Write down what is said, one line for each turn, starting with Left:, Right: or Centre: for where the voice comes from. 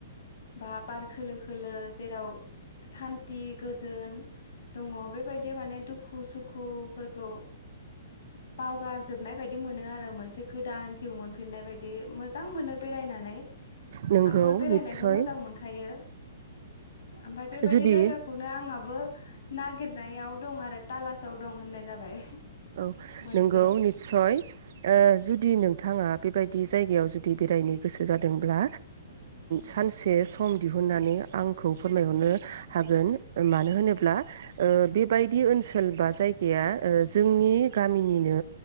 Left: बा बार खोलो खोलो जेराव सान्थि गोजोन दङ बेबायदि माने दुखु सुखुफोरखौ बावगार जोबनाय बायदि मोनो आरो आरो मोनसे गोदान जिउ मोनफिननाय बायदि मोजां मोनो बेरायनानै
Right: नोंगौ
Left: आंबो बेरायनायखौ
Right: निस्सय
Left: मोजां मोनखायो ओमफफ्राय बेबायदि
Right: जुदि
Left: जायगाखौनो आंहाबो नागिरनायाव दं आरो तालासाव दं होननाय जाबाय
Right: औ
Left: मोनसे
Right: नोंगौ निससय ओ जुदि नों बिथाङा बेबायदि जायगायाव जुदि बेरायनो गोसो जादोंब्ला सानसे सम दिहुननानै आंखौ फोरमायहरनो हागोन मानो होनोब्ला बेबायदि ओनसोल बा जायगाया जोंनि गामिनिनो